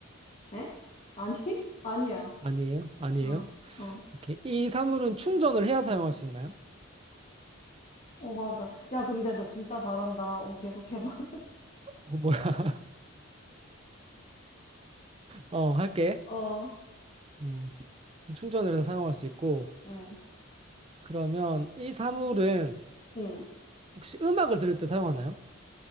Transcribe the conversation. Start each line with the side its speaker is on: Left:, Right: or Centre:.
Left: 에? 아니? <laughs> 아니야.
Right: 아니에요, 아니에요.
Left: 어, 어.
Right: 오케이. 이 사물은 충전을 해야 사용할 수 있나요?
Left: 어, 맞아. 야, 근데 너 진짜 잘한다. 어, 계속 해봐.
Right: 어, 뭐야? <laughs> 어, 할게.
Left: 어,
Right: 음, 충전을 해서 사용할 수 있고.
Left: 응,
Right: 그러면 이 사물은
Left: 응.
Right: 혹시 음악을 들을 때 사용하나요?